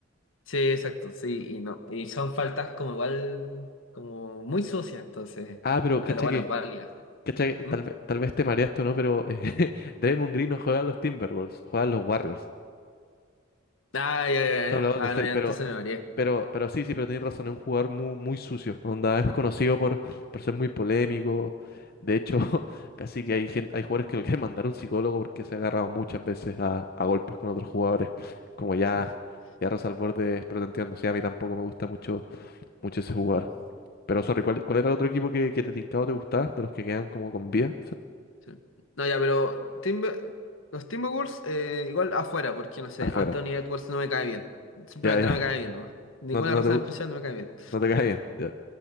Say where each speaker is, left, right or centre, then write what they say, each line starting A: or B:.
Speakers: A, on the left (about 75°); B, on the left (about 50°).
A: Sí, exacto, sí, y no, y son faltas como igual, como muy sucias, entonces,
B: Ah, pero cacha
A: pero bueno,
B: que,
A: válidas.
B: cacha que
A: ¿Mm?
B: tal vez, tal vez te mareaste o no, pero eh, <laughs> Draymond Green no juega a los Timberwolves, juega a los Warriors.
A: Ah, ya, ya,
B: Claro,
A: ya,
B: los Golden
A: ah,
B: State,
A: no, ya,
B: pero,
A: entonces me mareé.
B: pero, pero sí, sí, pero tenés razón, es un jugador muy, muy sucio, onda, es conocido por, por ser muy polémico. De hecho, <laughs> casi que hay gente, hay jugadores que lo quieren mandar a un psicólogo porque se ha agarrado muchas veces a, a golpes con otros jugadores. Como ya,
A: <laughs>
B: ya Rosa al borde, pero te entiendo, sí, a mí tampoco me gusta mucho, mucho ese jugador.
A: Mm,
B: Pero sorry, ¿cuál, cuál era el otro equipo que, que te tincaba o te gustaba, de los que quedan como con vía?
A: sí. No, ya, pero Timber- los Timberwolves eh, igual afuera, porque no sé,
B: Afuera.
A: Anthony Edwards no me cae bien, simplemente
B: Ya, ya.
A: no me cae bien, no, ninguna
B: No te, no
A: razón
B: te,
A: especial no me cae bien.
B: no te cae bien. Ya.